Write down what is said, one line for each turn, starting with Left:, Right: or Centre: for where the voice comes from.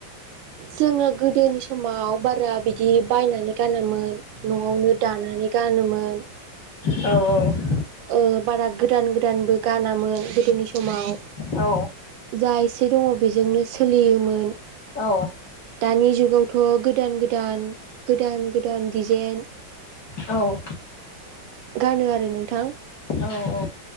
Right: जोङो गोदोनि समाव बारा बिदि बायनानै गानामोन। न'आवनो दानानै गानोमोन।
Left: औ औ।
Right: ओ बारा गोदान गोदानबो गानामोन गोदोनि समाव
Left: औ
Right: जा एसे दङ बेजोंनो सोलियोमोन।
Left: औ।
Right: दानि जुगावथ' गोदान गोदान गोदान गोदान डिजाइन
Left: औ।
Right: गानो आरो नोंथां।
Left: औ औ।